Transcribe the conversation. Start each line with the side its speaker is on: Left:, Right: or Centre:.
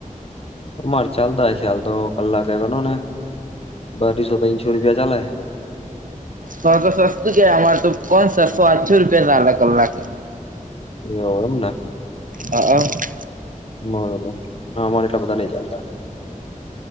Left: અમારે ચાલતા હશે, હાલતો તો કલાકે ગનોને અઢીસો-તનસો રૂપિયા ચાલે.
Right: તોતો સસ્તું કેવાય અમાર તો કોણ સસ્સો-આઠસો રૂપિયા ચાલ કલાકે
Left: એવુ એમને.
Right: હઅ <unintelligible>
Left: બરોબર, અમાર એટલા બધા નહી ચાલતા.